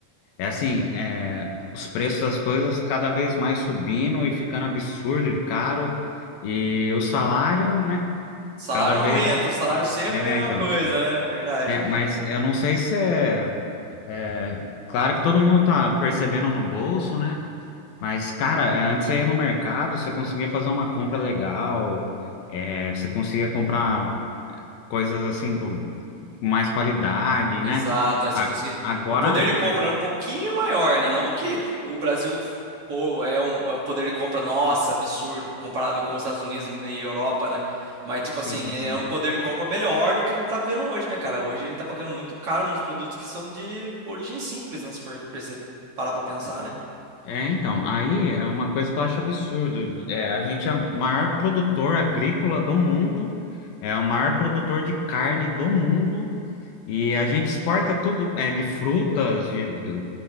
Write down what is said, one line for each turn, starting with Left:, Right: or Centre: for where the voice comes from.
Left: É assim, é, os preços das coisas cada vez mais subindo e ficando absurdo de caro, e o salário, né?
Right: Salário
Left: Cada
Right: não
Left: vez.
Right: aumenta, o salário sempre
Left: É,
Right: é a mesma
Left: então.
Right: coisa, né? Verdade.
Left: É, mas eu não sei se é, é. Claro que todo mundo tá percebendo no bolso, né? Mas, cara, é, antes você ia no mercado, você conseguia fazer uma compra legal, é, você conseguia comprar coisas assim com com mais qualidade, né?
Right: Exato, é, se
Left: A-
Right: conseguir.
Left: Agora,
Right: O poder de compra
Left: a-
Right: é um pouquinho maior, né? Não que o Brasil pô, é um, é um poder de compra, nossa, absurdo, comparado com os Estados Unidos e Europa, né? Mas, tipo
Left: sim,
Right: assim, é
Left: sim.
Right: um poder de compra melhor do que a gente tá vendo hoje, né, cara? Hoje a gente tá pagando muito caro nos produtos que são de origem simples, né? Se for perce- parar pra pensar, né?
Left: É, então, aí é uma coisa que eu acho absurdo. É, a gente é o maior produtor agrícola do mundo, é o maior produtor de carne do mundo, e a gente exporta tudo, é, de frutas, de, de-